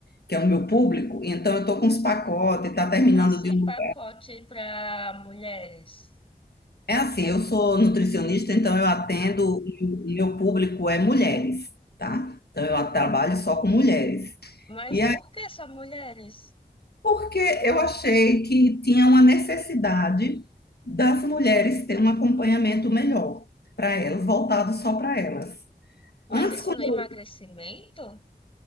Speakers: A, on the left; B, on the left.
A: que é o meu público. Então eu tô com uns pacotes, tá terminando
B: Como assim,
A: de um.
B: pacote para mulheres?
A: É assim, eu sou nutricionista, então eu atendo
B: Ah,
A: e o meu público é mulheres, tá? Então eu trabalho só com mulheres.
B: mas
A: E
B: por que só mulheres?
A: porque eu achei que tinha uma necessidade das mulheres ter um acompanhamento melhor para elas, voltado só para elas.
B: Mas
A: Antes,
B: isso
A: quando
B: não é emagrecimento?
A: eu,